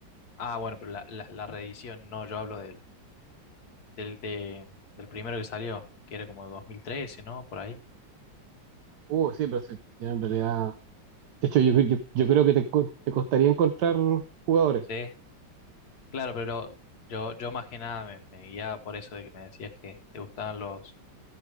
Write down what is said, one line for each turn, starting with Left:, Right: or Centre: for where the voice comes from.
Left: Ah, bueno, pero la, la, la reedición, no, yo hablo del, del, de- del primero que salió, que era como 2013, ¿no? Por ahí.
Right: Uh, sí, pero sí, en realidad, de hecho yo, yo, yo creo que te, co- te costaría encontrar jugadores.
Left: Sí, claro, pero yo, yo más que nada me, me guiaba por eso de que me decías que te gustaban los